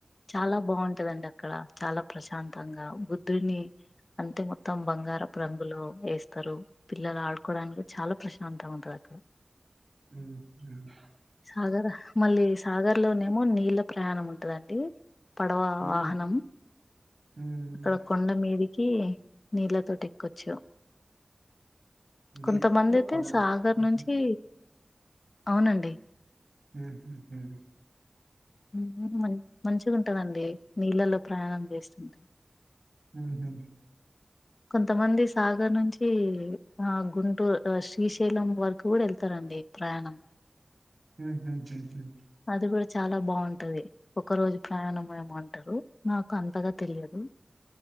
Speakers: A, on the left; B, on the right.
A: చాలా బాగుంటదండి అక్కడ చాలా ప్రశాంతంగా బుద్ధుని అంతే మొత్తం బంగారపు రంగులో వేస్తారు పిల్లలు ఆడుకోవడానికి కూడా చాలా ప్రశాంతగా ఉంటది అక్కడ
B: ఉమ్ ఉమ్
A: సాగర్ మళ్ళీ సాగర్ లోనేమో నీళ్ళ ప్రయాణం ఉంటదండి పడవ
B: హ్మ్.
A: వాహనం
B: హ్మ్.
A: అక్కడ కొండ మీదికి నీళ్ళ తోటి ఎక్కొచ్చు
B: నీరు
A: కొంతమంది అయితే
B: కొండ
A: సాగర్
B: హుహు.
A: నుంచి అవునండి
B: ఉహుహు
A: ఉహు మంచిగా ఉంటదండి నీళ్ళల్లో ప్రయాణం చేస్తుంటే
B: ఉహుహు
A: కొంతమంది సాగర్ నుంచి ఆ గుంటూరు శ్రీశైలం వరకు కూడా వెళ్తారండి ప్రయాణం
B: ఉహుహుహు
A: అది కూడా చాలా బాగుంటది ఒక రోజు ప్రయాణం ఏమో అంటారు నాకు అంతగా తెలియదు